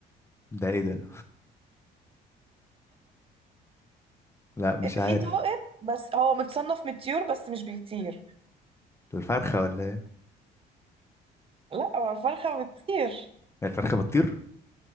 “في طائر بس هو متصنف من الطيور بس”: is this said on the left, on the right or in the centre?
Right